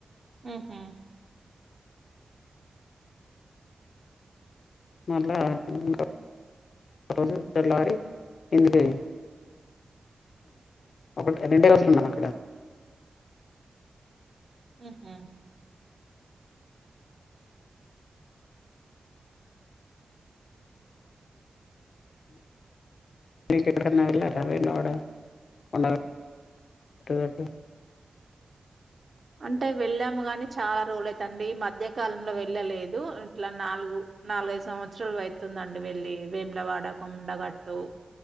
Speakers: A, on the right; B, on the left.
A: మ్మ్ హ్మ్
B: మళ్ళా ఇంకో రోజు తెల్లారి కిందికి ఒకటి రెండే రోజులు ఉన్నాం అక్కడ
A: మ్మ్ హ్మ్
B: మీరు ఎక్కడికన్నా వెళ్లారా వేములవాడ కొండగట్టు అటు
A: అంటే వెళ్ళాము కాని చాలా రోజులు అయితాంది మధ్య కాలంలో వెళ్ళలేదు. ఇట్ల నాలుగు నాలుగు, ఐదు సంవత్సరాలు అయితుందండి వెళ్ళి వేములవాడ, కొండగట్టు,